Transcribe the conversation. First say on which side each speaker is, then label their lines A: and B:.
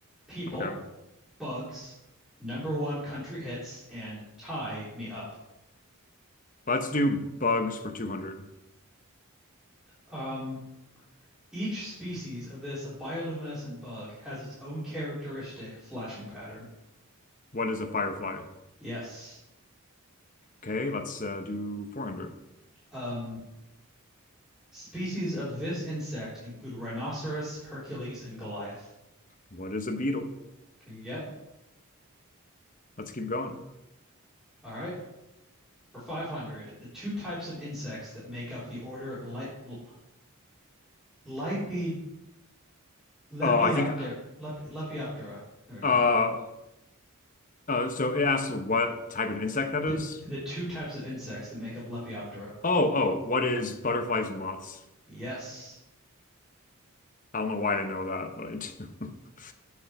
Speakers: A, in the centre; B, on the left (about 35°).
A: People,
B: Okay.
A: bugs, number one country hits, and tie me up.
B: Let's do bugs for 200.
A: Um, each species of this bioluminescent bug has its own characteristic flashing pattern.
B: What is a firefly?
A: Yes.
B: Okay, let's uh, do 400.
A: Um, species of this insect include rhinoceros, Hercules, and Goliath.
B: What is a beetle?
A: Can you get?
B: Let's keep going.
A: All right. For 500, the two types of insects that make up the order Li- L- Lipid Lepiopter
B: Oh, I think
A: Lep Lepioptera. There we go.
B: uh, uh so it asks what type of insect that
A: The,
B: is.
A: the two types of insects that make up Lepioptera.
B: Oh, oh, what is butterflies and moths?
A: Yes.
B: I don't know why I know that, but I do. <laughs>